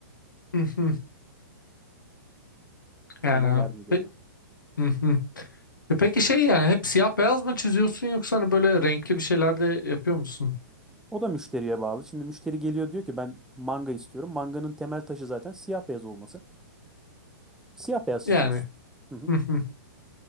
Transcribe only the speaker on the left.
<laughs> Hı hı.
Yani.
o-
Pe-
<laughs> E Peki şey yani hep siyah beyaz mı çiziyorsun yoksa hani böyle renkli bir şeyler de yapıyor musun?
Yani.
Hı hı.